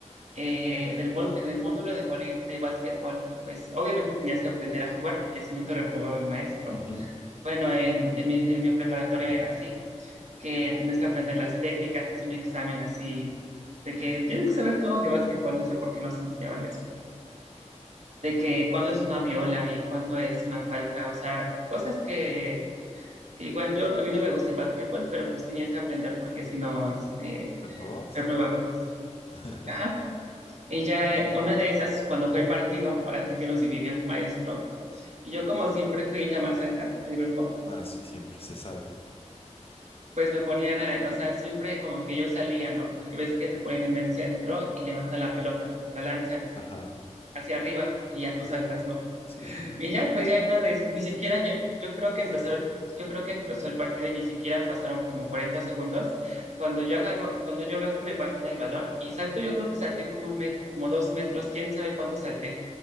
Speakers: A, on the right; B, on the left.
A: eh, en el, vol- en el módulo de vole- de básquetbol, pues obviamente tenías que aprender a jugar porque si no te reprobaba el maestro.
B: Ujú.
A: Bueno, en, en mi, en mi preparatoria era así, que tienes que aprender las técnicas, te haces un examen así, de que tienes que saber todo de básquetbol, no sé por qué nos enseñaban eso de que cuándo es una viola y cuándo es una falta, o sea, cosas que, que igual yo, a mí no me gusta el básquetbol, pero pues tenías que aprender porque si no, este,
B: ¿Reprobabas?
A: reprobabas.
B: <laughs>
A: Ajá. Ella, una de esas, cuando fue el partido, ahora sí que nos dividió el maestro, y yo como siempre fui la más alta del grupo,
B: Ah, sí, siempre, se sabe.
A: pues me ponían, a- o sea, siempre como que yo salía, ¿no? Porque ves que te ponen en el centro y levantan la pelota, la lanzan
B: Ajá,
A: hacia arriba y ya tú saltas, ¿no?
B: sí.
A: Y ya, pues ya en una de esas, ni siquiera yo, yo creo que empezó el, yo creo que empezó el partido y ni siquiera pasaron como 40 segundos. Cuando yo agarro, cuando yo veo que me pasan el balón y salto, yo creo que salté como un met, como dos metros, quién sabe cuánto salté,